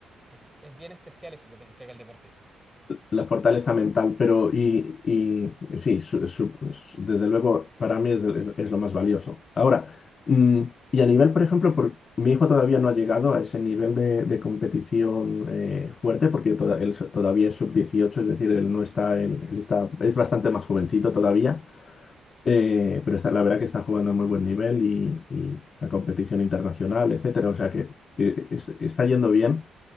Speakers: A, in the centre; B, on the left.
A: Es, es bien especial eso que te entrega el deporte.
B: La fortaleza mental, pero y, y sí, su- su- su- desde luego para mí es, es- es lo más valioso. Ahora, mm, y a nivel, por ejemplo, por, mi hijo todavía no ha llegado a ese nivel de, de competición eh, fuerte porque toda- él so- todavía es sub dieciocho es decir, él no está, él, él está, es bastante más jovencito todavía, eh, pero está, la verdad que está jugando a muy buen nivel y, y a competición internacional, etcétera, o sea que eh, es- está yendo bien.